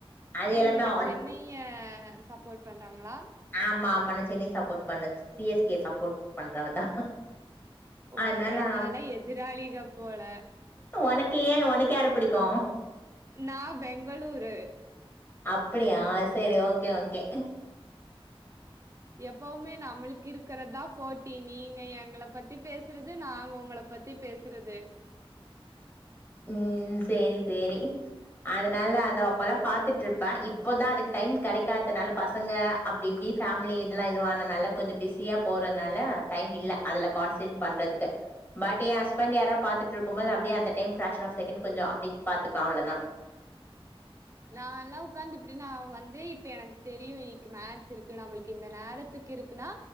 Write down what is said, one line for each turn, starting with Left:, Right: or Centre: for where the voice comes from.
Left: அது
Right: ஓ
Left: எல்லாமே
Right: நீங்க
Left: ஆல்
Right: சென்னைய சப்போர்ட் பண்றவங்களா
Left: ஆமா ஆமா நா சென்னை சப்போர்ட் பண்ண சி எஸ் கே சப்போர்ட் பண்றவதா
Right: ஓ
Left: அதனால
Right: அப்ப நம்ம நல்லா எதிராளிக போல
Left: உனக்கு ஏன் உனக்கு யார புடிக்கும்
Right: நா பெங்களூரு
Left: அப்டியா செரி ஓகே ஓகே
Right: எப்பவுமே நம்ளுக்கு இருக்கிறதா போட்டி நீங்க எங்கள பத்தி பேசுறது நாங்க உங்கள பத்தி பேசு சுறது
Left: ம் சேரி சேரி அதனால அத அப்பல்லா பாத்துட்டு இருப்பே இப்போதா அதுக்கு டைம் கிடைக்காதுனால பசங்க அப்டி இப்டி ஃபேமிலி இதெல்லா இதுவானதுனால கொஞ்சோ பிஸியா போறதுனால டைம் இல்ல அதுல கான்சன்ட்ரேட் பண்றதுக்கு பட் ஏ ஹஸ்பண்ட் யார பாத்துட்ருக்கும்போது அப்டியே அந்த டைம் ஃப்ரக்க்ஷன் ஆஃப் செகண்டு அப்டி பாத்துப்ப அவ்ளதா
Right: நால்லாம் உட்காந்து இப்டி நா வந்து இப்ப எனக்கு தெரியும் இன்னைக்கு மேட்ச் இருக்கு நம்மளுக்கு இந்த நேரத்து த்துக்கு இருக்குனா